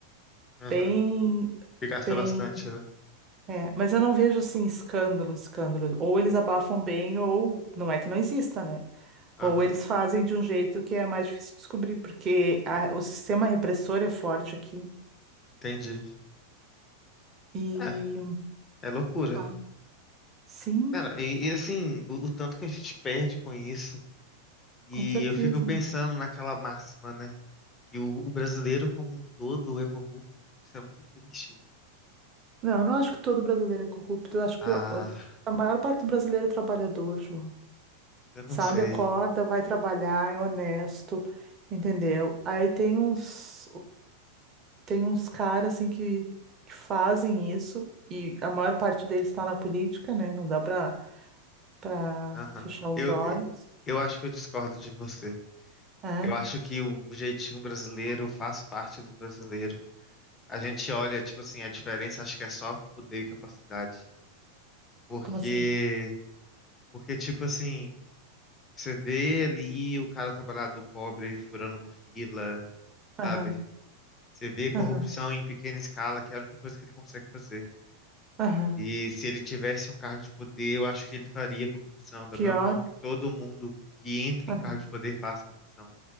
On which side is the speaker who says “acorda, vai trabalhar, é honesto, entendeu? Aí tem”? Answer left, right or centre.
Right